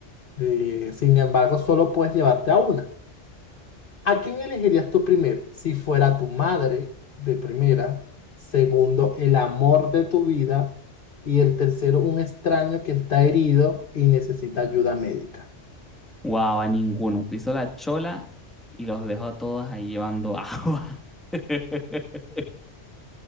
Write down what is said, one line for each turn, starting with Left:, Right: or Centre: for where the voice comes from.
Left: eh, sin embargo, solo puedes llevarte a una. ¿A quién elegirías tú primero? Si fuera tu madre, de primera. Segundo, el amor de tu vida. Y el tercero, un extraño que está herido y necesita ayuda médica.
Centre: Wow, a ninguno. Piso la chola y los dejo a todos ahí llevando agua. <laughs>